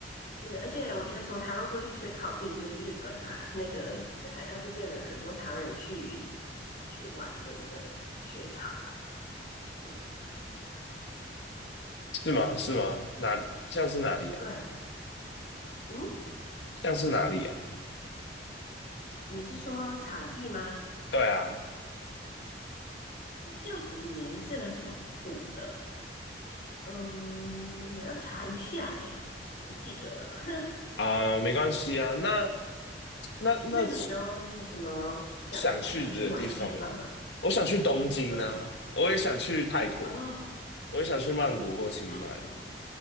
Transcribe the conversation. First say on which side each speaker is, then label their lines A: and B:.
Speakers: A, on the left (about 50°); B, on the left (about 75°).
A: 是，而且我觉得从台湾过去最靠近就是日本啊，那个北海道就变得很多台湾人去去玩的一个雪场吧。嗯，
B: 是吗？是吗？哪，像是哪里啊？
A: 对啊，嗯，
B: 像是哪里啊？
A: 你是说场地吗？
B: 对啊，
A: 那叫什么名字了？什么谷了？嗯，我要查一下诶，不记得了。<laughs> 哼，
B: 啊、没关系啊。那那那
A: 那你呢？你有什么想想去玩的地方吗？
B: 想去的地方吗？我想去东京啊，
A: 对啊，
B: 我也想去泰国，
A: 哦，
B: 我也想去曼谷或清迈，
A: 泰国。